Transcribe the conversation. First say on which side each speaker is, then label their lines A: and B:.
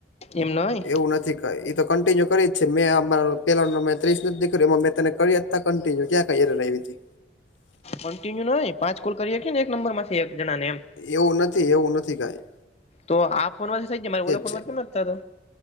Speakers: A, on the left; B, on the left.
A: એમ નહી
B: એવું નથી. ઈ તો કન્ટિન્યુ કરી જ છે, મેં અમાર પેલા નો મે ત્રીસ નથ <unintelligible> એમાં મેં તને કર્યાં જ તા કન્ટિન્યુ ક્યાં <unintelligible> આયવી તી?
A: કન્ટિન્યુ નહીં, પાંચ કોલ કરીએ ને એક નંબર માંથી એક જણા ને એમ.
B: એવું નથી, એવું નથી કાંઈ.
A: તો આ ફોનમાંથી થઈ જાય, મારા ઓલા ફોનમાંથી
B: છે
A: કેમ નથ થાતો?